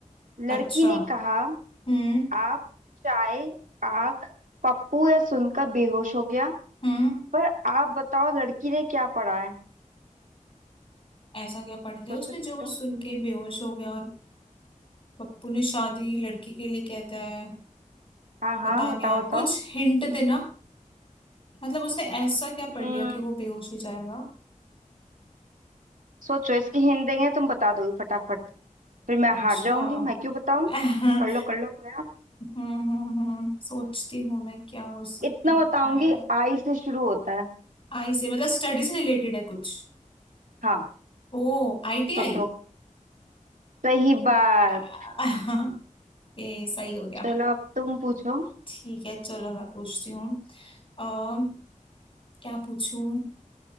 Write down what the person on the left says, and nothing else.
अच्छा
हम्म
हम्म
ऐसा क्या पढ़ लिया
उसने
जो वो सुन के बेहोश हो गया और पप्पू ने शादी लड़की के लिए कहता है
पता नहीं
यार
कुछ हिंट देना मतलब उसने ऐसा क्या पढ़
लिया कि वो बेहोश हो जाएगा
अच्छा
<laughs>
हम्म हम्म हम्म सोचती हूँ मैं क्या हो सकता
है
आई से मतलब स्टडी से रिलेटेड है कुछ
ओ आई टी
आई
<laughs> ए सही हो गया
ठीक है चलो मैं पूछती हूँ अः क्या पूछूं